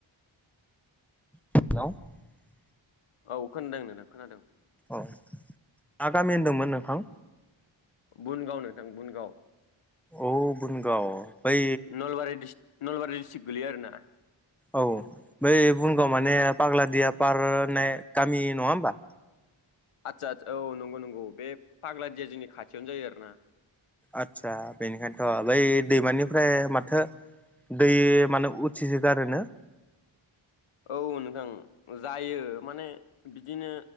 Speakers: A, in the centre; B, on the left.
A: <unintelligible>
B: औ खोनादों नों खोनादों
A: मा गामि होनदोंमोन नोंथां?
B: बुनगाव नोंथां बुनगाव
A: औ बुनगाव बै
B: नलबारि नलबारि डिस्ट्रिक गोलैयो आरोना?
A: औ बै बुनगाव माने पाग्लादिया पार होननाय गामि नङा होमबा?
B: आदसा आदसा औ नंगौ नंगौ बे फाग्लादिया जोंनि खाथियावनो जायो आरोना।
A: आदसा बेनिखायनोथ' बै दैमानिफ्राय माथो दै माने उथिसो गारोनो?
B: औ नोंथां जायो माने बिदिनो